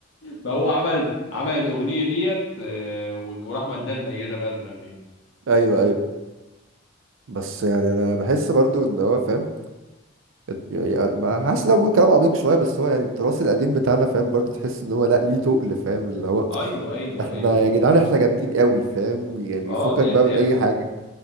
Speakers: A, on the left (about 75°); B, on the right (about 80°).
A: <laughs> ما هو عمل عمل الأغنية ديت آه، وراح مداها الميتة بقى تغنيها
B: <laughs> ايوه ايوه بس يعني انا بحس برضو ان هو فاهم يعني بقى حاسس ان انا بقول كلام عميق شويه بس هو يعني التراث القديم بتاعنا فاهم برضه تحس ان هو لا ليه تقل فاهم اللي هو
A: ايوه ايوه
B: احنا
A: ايوه
B: يا جدعان احنا جامدين قوي فاهم يعني
A: اه
B: فكك بقى
A: يعني
B: من اي حاجه